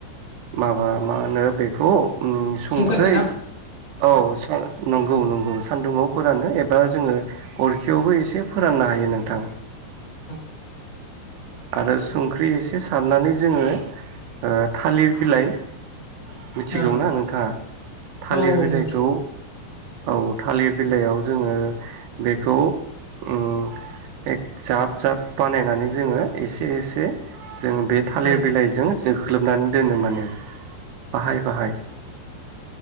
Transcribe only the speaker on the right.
माबा मा होनो बेखौ। ओम संख्रै।
औ सेंग नंगौ नंगौ सानदुङाव फोरानो एबा जोंङो अरखियावबो एसे फोराननो हायो नोंथां।
आरो सुंख्रि इसे सारनानै जोंङो ओ थालिर बिलाइ। मिथिगौ
ना नोंथांङा थालिर
बिलाइखौ।
औ थालिर बिलाइयाव जोंङो बेखौ ओम एक जाब जाब बानायनानै जोंङो। इसे एसे। जों बे थालिर
बिलाइजों। जोंख्लोबनानै दोनो माने बाहाय बाहाय।